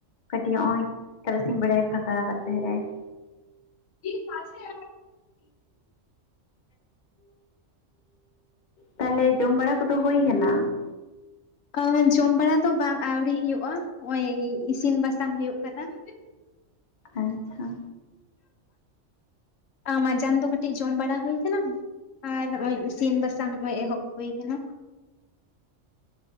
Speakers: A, on the left; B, on the left.
A: ᱠᱟᱹᱴᱤ ᱚᱭ ᱛᱟᱨᱟᱥᱤᱧ ᱵᱟᱲᱟᱭ ᱯᱷᱟᱠᱟ ᱠᱟᱜ ᱛᱟᱦᱮᱸᱡ ᱮ ᱾
B: ᱴᱷᱤᱠ ᱟᱪᱷᱮ ᱾
A: ᱛᱟᱞᱮ ᱡᱚᱢ ᱵᱟᱲᱟ ᱠᱚᱫᱚ ᱦᱳᱭ ᱠᱟᱱᱟ?
B: ᱟᱹ ᱡᱚᱢ ᱵᱟᱲᱟ ᱫᱚ ᱵᱟᱝ ᱟᱣᱨᱤ ᱦᱩᱭᱩᱜᱼᱟ, ᱚᱭ ᱤᱥᱤᱱ ᱵᱟᱥᱟᱝ ᱦᱩᱭᱩᱜ ᱠᱟᱱᱟ ᱾
A: ᱟᱪᱪᱷᱟ ᱾
B: ᱟ ᱢᱟᱡᱟᱱ ᱫᱚ ᱠᱟᱹᱴᱤᱡ ᱡᱚᱢ ᱵᱟᱲᱟ ᱦᱩᱭ ᱠᱟᱱᱟ ᱟᱨ ᱱᱚᱜᱼᱚᱭ ᱤᱥᱤᱱ ᱵᱟᱥᱟᱝ ᱦᱚᱜᱼᱚᱭ ᱮᱦᱚᱵ ᱦᱩᱭ ᱠᱟᱱᱟ ᱾